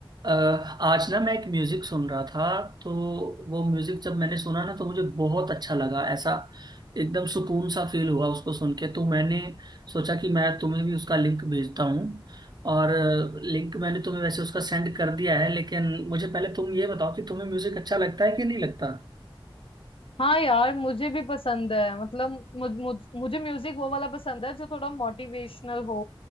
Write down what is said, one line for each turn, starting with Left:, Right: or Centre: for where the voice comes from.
Right: अ, आज ना मैं एक म्यूजिक सुन रहा था तो वो म्यूजिक जब मैंने सुना ना तो मुझे बहुत अच्छा लगा ऐसा एकदम सुकून सा फील हुआ उसको सुन के तो मैंने सोचा कि मैं तुम्हें भी उसका लिंक भेजता हूँ और लिंक मैंने तुम्हें वैसे उसका सेंड कर दिया है लेकिन मुझे पहले तुम ये बताओ कि तुम्हें म्यूजिक अच्छा लगता है कि नहीं लगता
Left: हाँ यार मुझे भी पसंद है मतलब मुझ, मुझ, मुझे म्यूजिक वो वाला पसंद है जो थोड़ा मोटिवेशनल हो